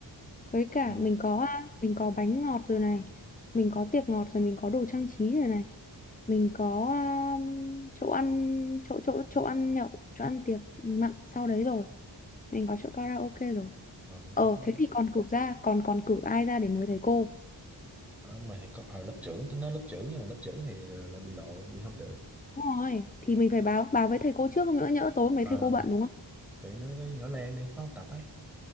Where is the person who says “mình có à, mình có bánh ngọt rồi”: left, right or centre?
Left